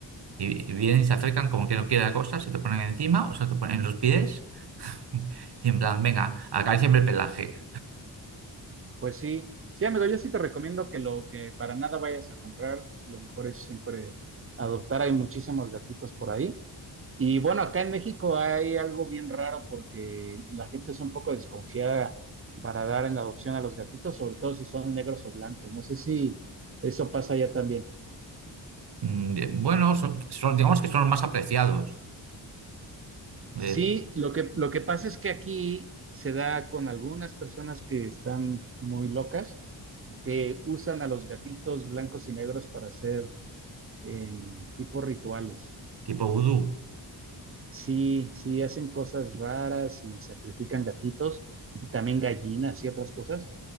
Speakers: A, on the right; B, on the right.
A: Y, y vienen y se acercan como que no quiere la cosa, se te ponen encima o se te ponen en los pies <laughs> y en plan, venga, acaríciame el pelaje.
B: Pues sí, sí, amigo, yo sí te recomiendo que lo que para nada vayas a comprar, lo mejor es siempre adoptar. Hay muchísimos gatitos por ahí. Y bueno, acá en México hay algo bien raro porque la gente es un poco desconfiada para dar en adopción a los gatitos, sobre todo si son negros o blancos. No sé si eso pasa allá también.
A: Mm, de- Bueno, son, son- digamos que son los más apreciados, eh,
B: Sí, lo que, lo que pasa es que aquí se da con algunas personas que están muy locas, que usan a los gatitos blancos y negros para hacer em, tipo rituales.
A: tipo vudú.
B: Sí, sí, hacen cosas raras y sacrifican gatitos y también gallinas y otras cosas